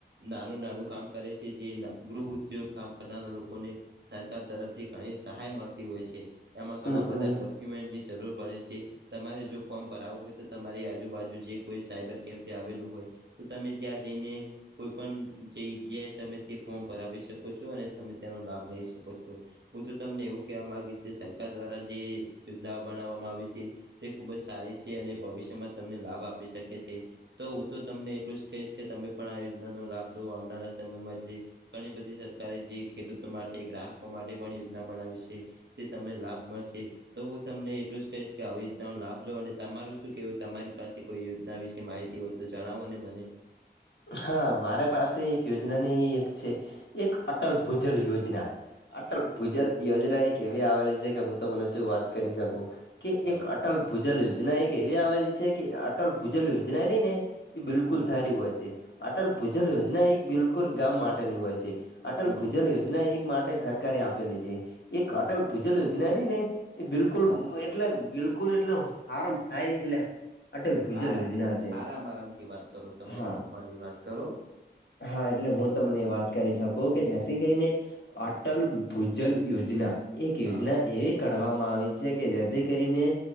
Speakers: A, on the right; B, on the left.
A: નાનું નાનું કામ કરે છે જે ગૃહ ઉદ્યોગ કામ કરનારા લોકોને સરકાર તરફથી ઘણી સહાય મળતી હોય છે એમાં ઘણા
B: હમ
A: બધા
B: હમ
A: ડક <unintelligible> ની જરૂર પડે છે તમારે જો ફોર્મ ભરાવું હોય તો તમારી આજુબાજુ જે કોઈ સાયબર કેમ કે આવેલું હોય તો તમે ત્યાં જઈને કોઈ પણ જગ્યાએ તમે તે ફોર્મ ભરાવી શકો છો અને તમે તેનો લાભ લઈ શકો છો. હું તો તમને એવું કહેવા માંગીશ કે સરકાર દ્વારા જે યોજનાઓ બનાવવામાં આવે છે તે ખુબ જ સારી છે અને ભવિષ્યમાં તમને લાભ આપી શકે છે. તો હું તો તમને એટલું જ કહીશ કે તમે પણ આ યોજનાનો લાભ લો આવનારા સમયમાં જે ઘણી બધી સરકારે જે ખેડૂતો માટે ગ્રાહકો માટે પણ યોજના બનાવી છે. એ તે તમને લાભ મળશે તો હું તમને એટલું જ કહીશ કે આવી રીતના લાભ લો અને તમારું શું કેવું તમારી પાસે કોઈ યોજના વિશે માહિતી હોય તો જણાવો ને મને?
B: હા મારા પાસે એક યોજનાની એક છે એક અટલ ભૂજલ યોજના અટલ ભૂજલ યોજના એક કેવી આવેલી છે કે હું તમને શું વાત કરી શકું કે
A: હા
B: એક અટલ ભૂજલ યોજના એક એવી આવેલી છે કે અટલ ભૂજલ યોજના રી ને એ બિલકુલ
A: હમ
B: સારી હોય છે અટલ ભૂજલ યોજના એક બિલકુલ ગામ માટેની હોય છે. અટલ
A: હમ
B: ભૂજલ યોજના એક માટે સરકારે આપેલી છે એક
A: હમ
B: અટલ ભૂજલ યોજના રહી ને એ બિલકુલ
A: હા
B: એટલે બિલકુલ એટલે હારામાં હારી એટલે અટલ ભૂજલ
A: આરામ
B: યોજના છે
A: આરામ આરામથી વાત કરો તમે
B: હા
A: નોર્મલી વાત કરો
B: હા એટલે હું તમને વાત કરી શકો, કે જેથી કરીને અટલ ભૂજલ યોજના. એક યોજના
A: હા
B: એવી કાઢવામાં આવી છે, કે જેથી કરીને